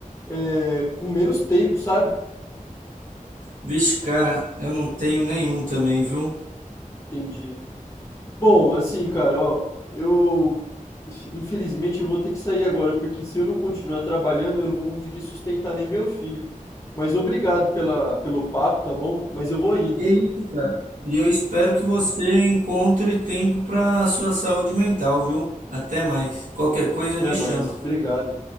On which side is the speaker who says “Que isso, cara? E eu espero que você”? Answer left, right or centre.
Right